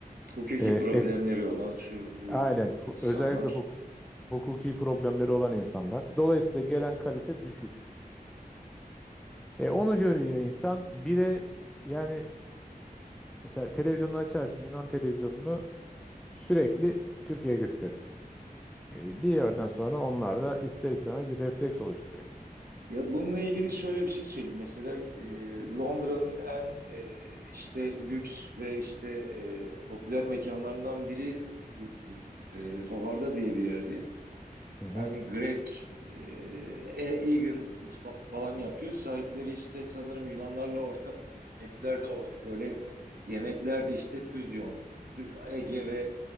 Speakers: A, on the right (about 75°); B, in the centre.
A: Hukuki
B: E,
A: problemleri
B: ek-
A: olan şu bu
B: Aynen. Hu-
A: insanlar.
B: Özellikle hukuk hukuki problemleri olan insanlar. Dolayısıyla gelen kalite düşük. E, onu görüyor insan. Bir de yani mesela televizyonu açarsın Yunan televizyonunu sürekli Türkiye gösterilir. E, bir yerden sonra onlar da ister istemez bir refleks oluşturuyor.
A: Ya bununla ilgili şöyle bir şey söyleyeyim. Mesela e, Londra'nın en e, işte lüks ve işte e, popüler mekanlarından biri Hü- Hü- e, Howard'a diye bir yerdi.
B: Hı hı,
A: Yani Grek, e, Hey Egan mutfak falan yapıyor. Sahipleri işte sanırım Yunanlarla ortak menüler de ortak böyle yemekler de işte füzyon. Ege ve